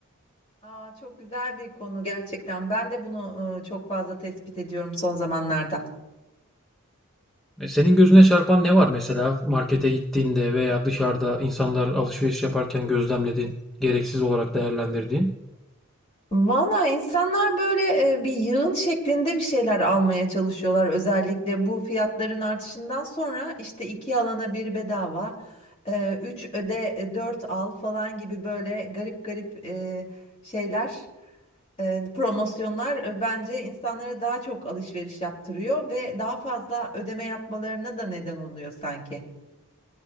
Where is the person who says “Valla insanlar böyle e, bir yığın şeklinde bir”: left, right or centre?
Left